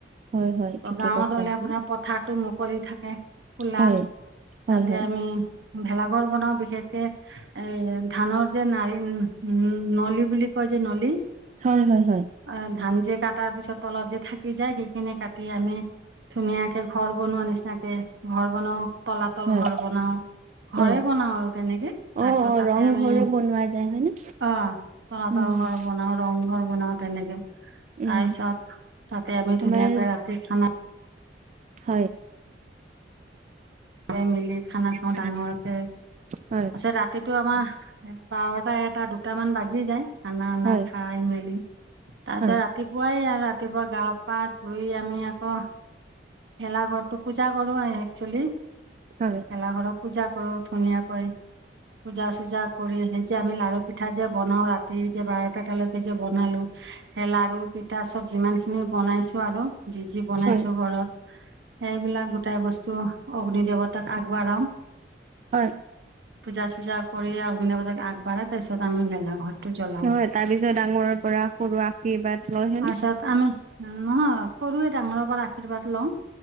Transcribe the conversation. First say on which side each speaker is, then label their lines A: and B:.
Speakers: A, on the right; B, on the right.
A: হয়, হয় ঠিকে
B: গাওঁত
A: কৈছে
B: এনে
A: আপুনি
B: আপোনাৰ পথাৰতো। কৰি থাকে কোলা
A: হয়, হয়,
B: তাতে
A: হয়,
B: আমি। ভেলাঘৰ বনাও বিশেষকে এ ধানৰ যে নডি উম নলী বুলি কয় যে। যে নলি।
A: হয় হয় হয়।
B: অ', ধান কাটাৰ পিছত তলত যে থাকি যায় সেইখিনি কাটি আমি। ধুনীয়াকে ঘৰ বনোৱা নিচিনাকে ঘৰ বনাও তলাতল
A: হয়
B: ঘৰ বনাও। ঘৰে
A: অ'।
B: বনাও আৰু তেনেকে তাৰপিছত
A: অ', অ'
B: তাতে
A: ৰংঘৰো
B: আমি
A: বনোৱা যায় হয়নে?
B: অ তলাতল
A: উম,
B: ঘৰ বনা ৰং ঘৰ বনাও তেনেকে
A: উম
B: তাৰ পিছত তাতে আমি ধুনীয়াকৈ
A: আমাৰ
B: ৰাতি খানা।
A: হয়
B: চবেই মিলি খানা খাওঁ
A: হয়,
B: ডাঙৰকে তাৰছত
A: হয়,
B: ৰাতিটো আমাৰ এ বাৰটা এটা দুটামান বাজি যায় খানা অনা
A: হয়,
B: খাই মেলি তাৰপিছত
A: হয়,
B: ৰাতিপুৱাই আৰু ৰাতিপুৱা গা পা ধুই আমি আকৌ ভেলা ঘৰটো পূজা কৰো একচেলি
A: হয়,
B: ভেলাঘৰক পূজা কৰো ধুনীয়াকৈ পূজা চূজা কৰি সেই যে আমি লাৰু পিঠা যে বনাও ৰাতি যে বাৰট এতালৈকে যে বনালো সেই লাৰু পিঠা চব যিমান খিনি বনাইছো আৰু যি যি বনাইছো
A: হয়,
B: ঘৰত এইবিলাক গোটাই বস্তু অগ্নি দেৱতাক আগবঢ়াম
A: হয়
B: পূজা চূজা কৰি অগ্নি দেৱতাক আগ বতছত আমি ভেলা ঘৰটো জ্বলাও
A: নহয় তাৰ পিছত ডাঙৰৰ পৰা সৰু আশীৰ্বাদ লয় হয়নে
B: আচাত আমি নহয় সৰুৱে ডাঙৰৰ পৰা আশীৰ্বাদ লওঁ